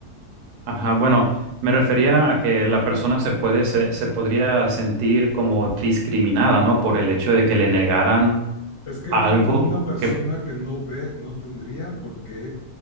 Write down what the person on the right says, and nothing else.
Ajá, bueno, me refería a que la persona se puede, se, se podría sentir como discriminada, ¿no? Por el hecho de que le negaran
algo
que